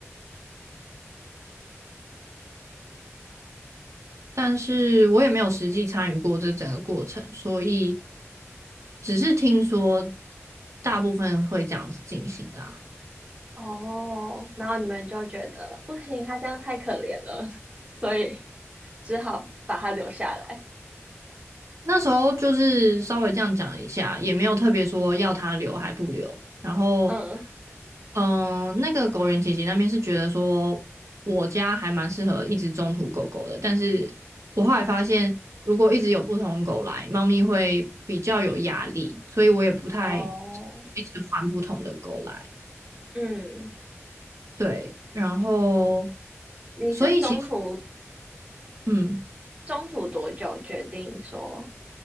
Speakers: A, on the right; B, on the right.
A: 但是我也没有实际参与过这整个过程，所以只是听说大部分会这样子进行啦。
B: 哦，然后你们就觉得不行，他这样太可怜了，<laughs> 所以只好把他留下来。
A: 那时候就是稍微这样讲一下，也没有特别说要它留还不留。然后，
B: 嗯，
A: 嗯，那个狗园姐姐那边是觉得说我家还蛮适合一直中途狗狗的，但是我后来发现，如果一直有不同的狗来，猫咪会比较有压力，所以我也不太一直换不同的狗来。
B: 哦，嗯，
A: 对，然后，
B: 你是中途
A: 所以其实，嗯，
B: 中途多久决定说